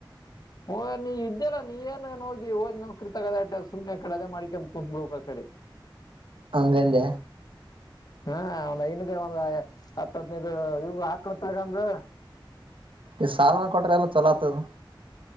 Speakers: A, on the left; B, on the right.
A: ಓ ನೀ ಇದೆಲ್ಲಾ ನೀ ಏನ ನೋಡ್ದಿ ಹೋದ್ ನನ್ <unintelligible> ಸುಮ್ನೆ ಕಡೆಮಿ ಮಾಡಿಕೊಂಡ್ ಕುಂದ್ಕೊಬೇಕ್ ಆ ಕಡೆ
B: ಅಂಗಂದ
A: ಹಾ ಲೈನಿಗೆ ಒಂದು ಹತ್ತ ಹತ್ನದು ಇವ ಹಾಕಳತಗಂದ <unintelligible>
B: ಈ ಸಾಲನ ಕೊಟ್ರೆ ಎಲ್ಲ ಚಲೋ ಆಗ್ತದ